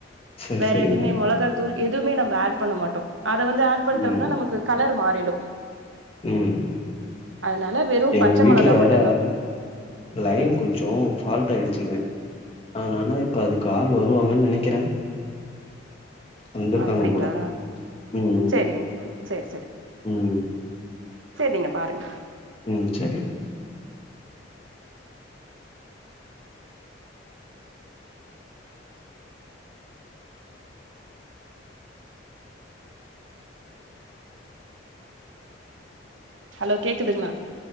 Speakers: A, on the left (about 30°); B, on the right (about 85°).
A: சரி
B: வேற
A: சரிங்க
B: எதுமே மொளகாத்தூள் எதுமே நம்ம ஆட் பண்ண மாட்டோ அத வந்து ஆட் பண்ட்டோம்னா
A: ம்
B: நமக்கு கலர் மாறிடு
A: ம்
B: அதனால வெறு
A: எங்க
B: பச்ச
A: வீட்ல
B: மொளகா
A: வேற
B: மட்டுந்தா போட்
A: லைன் கொஞ்சோ ஃபால்ட் ஆயிடுச்சுங்க அதனால இப்ப அதுக்கு ஆள் வருவாங்கன் நெனைக்கிறே வந்திருக்காங்க
B: அப்டிங்ளா
A: போல ம்
B: செரிங்க செரி செரி
A: ம்
B: சேர் நீங்க பாருங்க
A: ம் செரி
B: ஹலோ கேக்குதுங்கலா